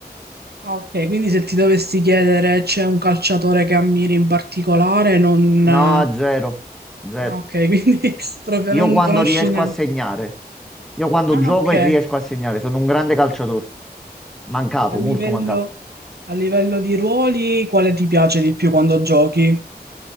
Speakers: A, on the right (about 75°); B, in the centre.
A: Ah, ok, quindi se ti dovessi chiedere c'è un calciatore che ammiri in particolare, non...
B: No,
A: eh,
B: zero, zero.
A: Ah, ok, <laughs> quindi proprio
B: Io
A: non
B: quando
A: conosci
B: riesco
A: neanche.
B: a segnare, io quando
A: Ah,
B: gioco
A: ok,
B: e riesco a segnare, sono un grande calciatore. Mancato,
A: a livello,
B: molto mancato.
A: a livello di ruoli, quale ti piace di più quando giochi?